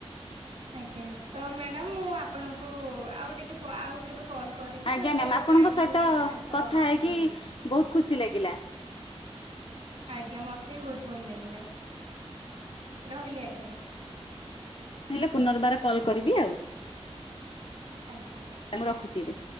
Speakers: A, on the right (about 70°); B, on the left (about 55°).
A: ଆଜ୍ଞା ତ ମ୍ୟାଡ଼ାମ ମୁଁ ଆପଣଙ୍କୁ ଆଉ ଟିକେ ପ ଆଉ କେବେ କଲ୍ କରିବି
B: ଆଜ୍ଞା
A: ତ ଏବେ
B: ମ୍ୟାମ୍ ଆପଣଙ୍କ
A: ଟାଇମ୍
B: ସହିତ
A: ହେଇଗଲାଣି ନା ତ
B: କଥା ହେଇକି
A: ରହିଲି।
B: ବହୁତ ଖୁସି ଲାଗିଲା
A: ଆଜ୍ଞା ମତେ ବି ବୋହୁତ ଭଲ ଲାଗିଲା ରହିଲି ଆଜ୍ଞା।
B: ମୁଁ ହେଲେ ପୁନର୍ବାର କଲ୍ କରିବି ଆଉ।
A: ଆଜ୍ଞା।
B: ମୁଁ ରଖୁଚି।